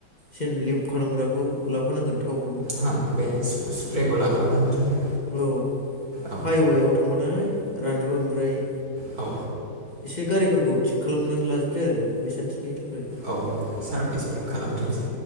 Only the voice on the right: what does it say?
हा बे सिप्रेखौ लाफाबानो जाबाय
औ
औ
औ सारभिसफोर खालामथोंसै